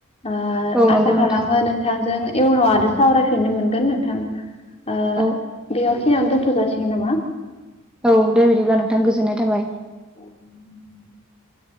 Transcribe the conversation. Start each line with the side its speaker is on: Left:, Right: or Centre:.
Left: ओ
Centre: औ
Left: आसा
Centre: नंगौ
Left: खालामो
Centre: नोंथां
Left: नोंथांजों इउनाव आरो सावरायफिननो मोनगोन नोंथां। ओ
Centre: औ
Left: बे सिननो दोनथ' जाासिगोन नामा?
Centre: औ दे बिदिब्ला नोंथां गोजोननाय थाबाय।
Left: उ <inaudible>